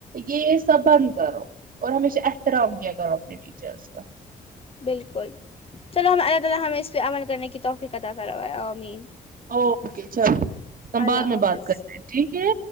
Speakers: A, on the right; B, on the left.
A: یہ سب بند کرو اور ہمیشہ احترام کیا کرو اپنے ٹیچرس کا
B: بلکل چلو ہمیں اللہ تعالی ہمیں اسپے عمل کرنے کی توفیق عطاء فرمائیں آمین
A: او کے چلو ہم
B: اللہ
A: بعد میں
B: حافظ
A: بات کرتے ہیں ٹھیک ہے